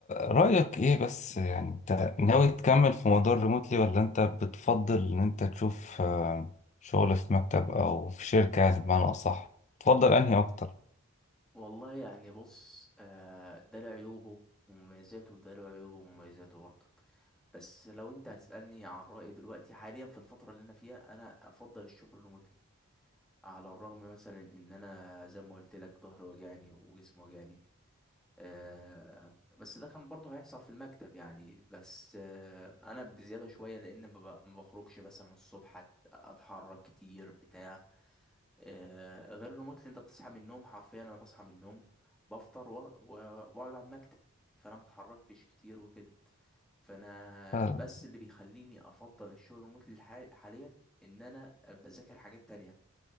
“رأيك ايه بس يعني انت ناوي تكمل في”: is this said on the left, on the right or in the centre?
Left